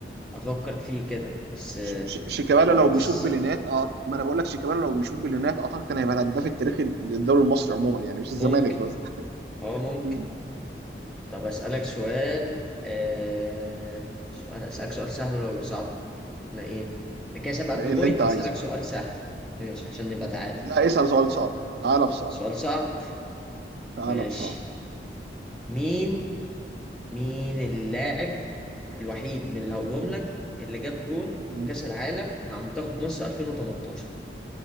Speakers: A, in the centre; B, on the right (about 65°).
A: افكر فيه كده بس آه،
B: ش- ش- شيكابالا
A: كويس
B: لو بيشوط بلينات اه ما انا بقول لك شيكابالا لو بيشوط بلينات اعتقد كان هيبقى الهداف التاريخي للدوري المصري عموما يعني مش الزمالك
A: ممكن
B: بس
A: اه ممكن
B: مم.
A: طب اسالك سؤال آه... سؤال اسالك سؤال سهل ولا صعب احنا ايه أنا كده سابقك
B: <laughs>
A: ببوينت
B: ايه اللي انت عايزه
A: هسالك سؤال سهل ماشي عشان نبقى تعادل
B: لا اسال سؤال صعب تعالى بصعب
A: سؤال صعب
B: تعالى
A: ماشي
B: بصعب
A: مين مين اللاعب الوحيد من اللي هقولهم
B: مم.
A: لك اللي جاب جون
B: مم.
A: في كأس العالم مع منتخب مصر 2018